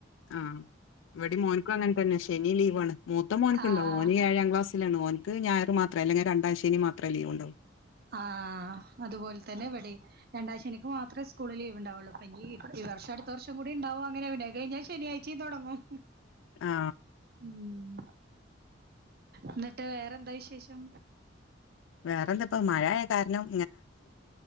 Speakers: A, on the left; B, on the right.
A: ആഹ് ഇവിടെ മോന്ക്കും അങ്ങനെ തന്നെ ശനി ലീവാണ് മൂത്ത മോന്ക്കുണ്ടാവും
B: ആഹ്
A: ഓന് ഏഴാം ക്ലാസ്സ് ലാണ് ഓന്ക്ക് ഞായറ് മാത്രേ അല്ലെങ്ക് രണ്ടാം ശനി മാത്രേ ലീവ് ഇണ്ടാവൂ
B: ആഹ് അതുപോലെ തന്നെ ഇവടേം രണ്ടാം ശനിക്ക് മാത്രേ സ്കൂള് ലീവ്ണ്ടാവുള്ളൂ അപ്പ ഇനി ഈ വർഷം അടുത്ത വർഷം കൂടി ഉണ്ടാവും അങ്ങനെ അത് കഴിഞ്ഞാ ശനിയായി ച്ചിം തൊടങ്ങും
A: ആ
B: ഉം ഇന്നിട്ട് വേറെന്താ വിശേഷം?
A: വേറെന്താ ഇപ്പ മഴയായകാരണം